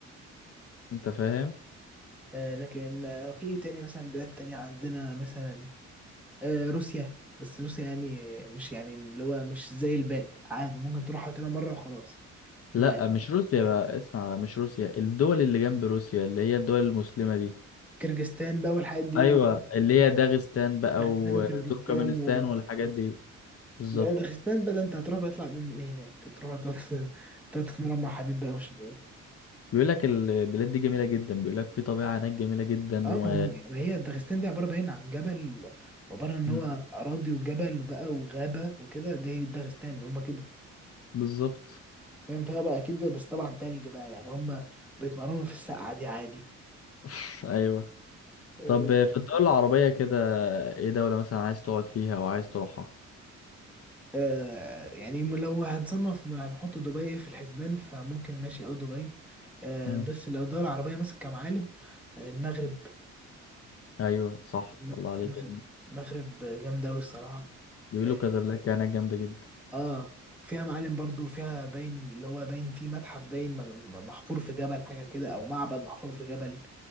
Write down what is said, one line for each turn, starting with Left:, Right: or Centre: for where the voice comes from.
Left: انت فاهم
Centre: آه، لكن آه، في إيه تاني مثلا بلاد تانية عندنا مثلا آه، روسيا بس روسيا يعني آه، مش يعني اللي هو مش زي الباقي عادي ممكن تروحها كده مرة وخلاص م-
Left: لا مش روسيا بقى اسمع بقى مش روسيا الدول اللي جنب روسيا اللي هي الدول المسلمة دي
Centre: كرجستان بقى والحاجات دي
Left: ايوه
Centre: و-
Left: اللي هي داغستان بقى
Centre: داغستان
Left: وتركمانستان
Centre: وكرجستان و
Left: والحاجات دي بالظبط
Centre: ده- داغستان بقى ده انت هتروح بقى تطلع بيهم هناك تروح تقعد تقعد تتمرن مع حبيب بقى وشباب
Left: بيقول لك البلاد دي جميلة جدا بيقول لك في طبيعة هناك جميلة جدا
Centre: اه
Left: و
Centre: ما هم ما هي داغستان دي عبارة باين عن جبل عبارة ان
Left: مم.
Centre: هو اراضي وجبل بقى وغابة وكده دي داغستان هم كده
Left: بالظبط
Centre: فاهم فيها بقى اكيد بس طبعا تلج بقى يعني هم بيتمرنوا في السقعه دي عادي
Left: <laughs> ايوه
Centre: آه،
Left: طب في الدول العربية كده ايه دولة مثلا عايز تقعد فيها او عايز تروحها
Centre: آه يعني م- لو هنصنف ما هنحط دبي في الحسبان فممكن ماشي اه دبي آه
Left: مم.
Centre: بس لو الدولة العربية مثلا كمعالم آه المغرب
Left: ايوه صح
Centre: الم-
Left: الله عليك
Centre: المغرب المغرب جامدة أوي الصراحة
Left: بيقولوا
Centre: اه
Left: كازابلانكا هناك جامدة جدا
Centre: آه، فيها معالم برضو فيها باين اللي هو باين فيه متحف باين م- محفور في جبل حاجة كده أو معبد محفور في جبل